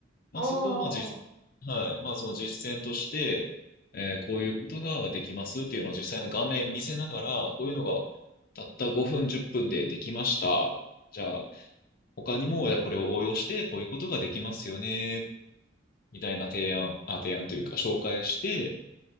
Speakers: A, on the left; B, on the right.
A: まあ、
B: ああー、
A: そこをまあ実、はい、まあ、その実践として、えーこういうことができますっていうのを実際の画面見せながら、こういうのがたった5分、10分でできました。じゃあ、他にも、じゃあこれを応用して、こういうことができますよね、みたいな提案、あ、提案というか紹介して、